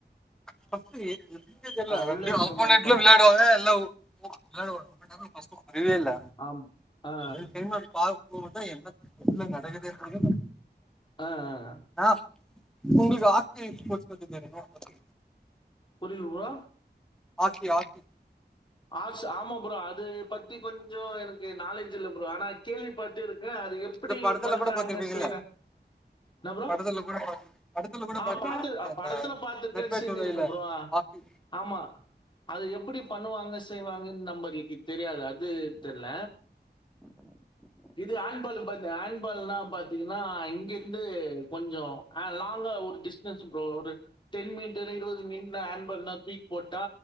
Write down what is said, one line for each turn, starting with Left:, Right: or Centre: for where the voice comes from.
Centre: ஃபஸ்ட்டு எப்பினே தெர்ல ரெண்டு
Left: உள்ள இருக்கிற
Centre: அப்போனன்ட்டுலு
Left: மாதிரி இருப்பாங்க
Centre: விளையாடுவாங்கல்ல
Left: ஆனா
Centre: எல்லா விளாடுவாங்க ஆனா ஃபர்ஸ்ட் வரு ஃபீவே இல்ல
Left: ஆமா ஆ
Centre: <unintelligible> கு வந்தா என்னா நடக்குதுந்தே என்னனே
Left: அ அ
Centre: ஆ உங்ளுக்கு ஆக்கி ஸ்போர்ட்ஸ் பத்தி தெரிமா ஓகே
Left: புரில ப்ரோ
Centre: ஆக்கி ஆக்கி
Left: ஆஸ் ஆமா ப்ரோ அது பத்தி கொஞ்ச எனக்கு நாலேட்ஜ் இல்ல ப்ரோ ஆனா கேள்வி பட்டுருக் அது எப்பிடி
Centre: இந்த படத்துல
Left: பண்றாங்க
Centre: கூட பாத்திருப்பீங்கல்ல
Left: செய்றாங் என்ன ப்ரோ
Centre: படத்துல கூட பாத்து படத்துல கூட
Left: ஆ
Centre: பாத்துருக்கீங்களா
Left: பாத்து
Centre: இந்த
Left: படத்துல பாத்துருக்கே
Centre: நட்பே
Left: செஞ்சிருக்கே
Centre: துணையில
Left: ப்ரோ
Centre: ஆப்பி
Left: ஆமா அது எப்புடி பண்ணுவாங்க வாங்கன் நம்மளுக்கு தெரியாது அது தெர்ல இது ஹேன் பால் பாத் ஹேன் பால்னா பாத்திங்கனா இங்கிருந்து கொஞ்சொ எ லாங்கா ஒரு டிஸ்டன்ஸ் ப்ரோ ஒரு டென் மீட்டரு இருபது மீன்ல ஹேன் பல்ல தூக்கி போட்டா